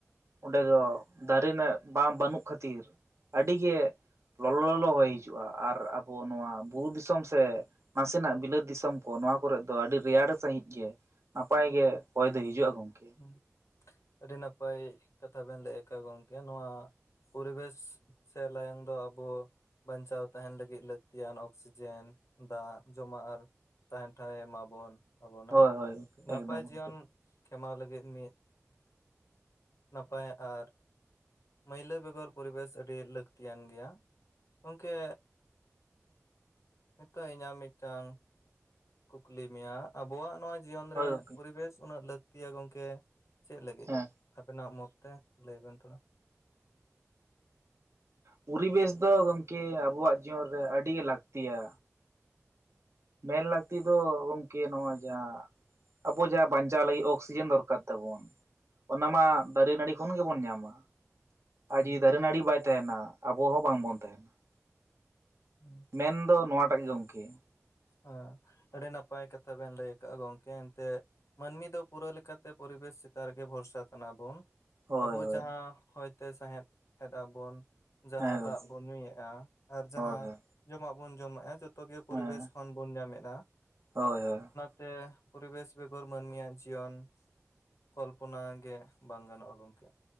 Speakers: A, on the right (about 60°); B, on the left (about 70°).
A: ᱚᱸᱰᱮ ᱫᱚ, ᱫᱟᱨᱮ ᱱᱟᱜ ᱵᱟᱝ ᱵᱟᱹᱱᱩᱜ ᱠᱷᱟᱹᱛᱤᱨ ᱟᱹᱰᱤ ᱜᱮ ᱞᱚᱞᱚ ᱞᱚᱞᱚ ᱦᱚᱭ ᱦᱤᱡᱩᱜᱼᱟ, ᱟᱨ ᱟᱵᱚ ᱱᱚᱣᱟ ᱵᱩᱨᱩ ᱫᱤᱥᱚᱢ ᱥᱮ ᱱᱟᱥᱮᱱᱟᱜ ᱾ ᱫᱤᱥᱚᱢ ᱠᱚ ᱱᱚᱣᱟ ᱠᱚᱨᱮᱫ ᱫᱚ, ᱟᱹᱰᱤ ᱨᱮᱭᱟᱲ ᱥᱟᱺᱦᱤᱡ ᱜᱮ, ᱱᱟᱯᱟᱭ ᱜᱮ ᱦᱚᱭ ᱫᱚ ᱦᱤᱡᱩᱜᱼᱟ ᱜᱚᱝᱠᱮ ᱾
B: ᱦᱩ, ᱟᱹᱰᱤ ᱱᱟᱯᱟᱭ ᱠᱟᱛᱷᱟ ᱵᱮᱱ ᱞᱟᱹᱭ ᱠᱟᱜᱼᱟ, ᱜᱚᱝᱠᱮ ᱱᱚᱣᱟ᱾ ᱯᱚᱨᱤᱵᱮᱥ ᱥᱮ ᱞᱟᱭᱚᱝ ᱫᱚ ᱟᱵᱚ ᱵᱟᱧᱪᱟᱣ ᱛᱟᱦᱮᱱ ᱞᱟᱹᱜᱤᱫ, ᱞᱟᱹᱠᱛᱤᱭᱟᱱ ᱚᱠᱥᱤᱡᱮᱱ ᱫᱟᱜ ᱡᱚᱢᱟᱜ, ᱟᱨ ᱛᱟᱦᱮᱱ ᱴᱷᱟᱶ ᱮᱢᱟᱵᱚᱱ ᱟᱵᱚᱱᱟᱜ
A: ᱦᱳᱭ ᱦᱳᱭ ᱜᱚᱝᱠᱮ
B: ᱱᱟᱯᱟᱭ
A: ᱮᱠᱫᱚᱢ ᱜᱚᱝᱠᱮ
B: ᱡᱤᱭᱚᱱ᱾ ᱠᱷᱮᱢᱟᱣ ᱞᱟᱹᱜᱤᱫ ᱢᱤᱫ, ᱱᱟᱯᱟᱭ ᱟᱨ ᱢᱟᱹᱭᱞᱟᱹ ᱵᱮᱜᱚᱨ ᱯᱚᱨᱤᱵᱮᱥ ᱟᱹᱰᱤ, ᱞᱟᱹᱠᱛᱤᱭᱟᱱ ᱜᱮᱭᱟ, ᱜᱚᱝᱠᱮ ᱱᱤᱛᱚᱜ ᱤᱧᱟᱹᱜ ᱢᱤᱫᱴᱟᱝ ᱠᱩᱠᱞᱤ ᱢᱮᱭᱟ, ᱟᱵᱚᱣᱟᱜ ᱱᱚᱣᱟ ᱡᱤᱭᱚᱱ
A: ᱦᱳᱭ
B: ᱨᱮ,
A: ᱜᱚᱝᱠᱮ
B: ᱯᱚᱨᱤᱵᱮᱥ ᱩᱱᱟᱹᱜ ᱞᱟᱹᱠᱛᱤᱭᱟ ᱜᱚᱝᱠᱮ? ᱪᱮᱜ ᱞᱟᱹᱜᱤᱫ
A: ᱦᱮᱸ
B: ᱟᱵᱮᱱᱟᱜ ᱢᱚᱛ ᱛᱮ, ᱞᱟᱹᱭ ᱵᱮᱱ ᱛᱷᱚᱲᱟ?
A: ᱯᱚᱨᱤᱵᱮᱥ ᱫᱚ ᱜᱚᱝᱠᱮ ᱟᱵᱚᱣᱟᱜ ᱡᱤᱭᱚᱱ ᱨᱮ, ᱟᱹᱰᱤᱜᱮ ᱞᱟᱹᱠᱛᱤᱭᱟ᱾ ᱢᱮᱱ ᱞᱟᱹᱠᱛᱤ ᱫᱚ ᱜᱚᱝᱠᱮ ᱱᱚᱜᱼᱚᱭ᱾ ᱡᱟᱦᱟ, ᱟᱵᱚ ᱡᱟᱦᱟᱸ ᱵᱟᱧᱪᱟᱣ ᱞᱟᱹᱜᱤᱜ ᱚᱠᱥᱤᱡᱮᱱ ᱫᱚᱨᱠᱟᱨ ᱛᱟᱵᱚᱱ᱾ ᱚᱱᱟ ᱢᱟ, ᱫᱟᱨᱮ ᱱᱟᱹᱲᱤ ᱠᱷᱚᱱ ᱜᱮᱵᱚᱱ ᱧᱟᱢᱟ᱾
B: ᱦᱩᱸ
A: ᱟᱨ ᱡᱩᱫᱤ ᱫᱟᱨᱮ ᱱᱟᱹᱲᱤ ᱵᱟᱭ ᱛᱟᱦᱮᱱᱟ ᱟᱵᱚ ᱦᱚᱸ ᱵᱟᱝ ᱵᱚᱱ ᱛᱟᱦᱮᱱᱟ ᱾
B: ᱦᱩᱸ ᱾
A: ᱢᱮᱱ ᱫᱚ ᱱᱚᱣᱟᱴᱟᱜ ᱜᱮ ᱜᱚᱝᱠᱮ ᱾
B: ᱦᱮᱸ, ᱟᱹᱰᱤ ᱱᱟᱯᱟᱭ ᱠᱟᱛᱷᱟ ᱵᱮᱱ ᱞᱟᱹᱭ ᱠᱟᱜᱼᱟ ᱜᱚᱝᱠᱮ ᱮᱱᱛᱮᱜ ᱾ ᱢᱟᱱᱢᱤ ᱫᱚ ᱯᱩᱨᱟᱹ ᱞᱮᱠᱟᱛᱮ ᱯᱚᱨᱤᱵᱮᱥ ᱪᱮᱛᱟᱱ ᱨᱮᱜᱮ ᱵᱷᱚᱨᱥᱟ ᱠᱟᱱᱟ ᱵᱚᱱ ᱾
A: ᱦᱳᱭ
B: ᱟᱵᱚ
A: ᱦᱳᱭ
B: ᱡᱟᱦᱟᱸ ᱦᱚᱭᱛᱮ ᱥᱟᱦᱮᱫ ᱮᱫᱟ ᱵᱚᱱ ᱡᱟᱦᱟᱸ
A: ᱦᱮᱸ ᱜᱚᱢᱠᱮ
B: ᱫᱟᱜ ᱵᱚᱱ ᱧᱩᱭᱮᱜᱼᱟ ᱟᱨ ᱡᱟᱦᱟᱸ
A: ᱦᱳᱭ ᱦᱳᱭ
B: ᱡᱚᱢᱟᱜ ᱵᱚᱱ ᱡᱚᱢᱮᱜᱼᱟ ᱡᱚᱛᱚ ᱜᱮ ᱯᱚᱨᱤᱵᱮᱥ
A: ᱦᱮᱸ
B: ᱠᱷᱚᱱ ᱵᱚᱱ ᱧᱟᱢ ᱮᱫᱼᱟ ᱾
A: ᱦᱳᱭ ᱦᱳᱭ ᱾
B: ᱛᱮ ᱯᱚᱨᱵᱮᱥ ᱵᱮᱜᱚᱨ ᱢᱟᱹᱱᱢᱤᱭᱟᱜ ᱡᱤᱭᱚᱱ ᱠᱚᱞᱯᱚᱱᱟ ᱜᱮ ᱵᱟᱝ ᱜᱟᱱᱚᱜᱼᱟ ᱜᱚᱝᱠᱮ ᱾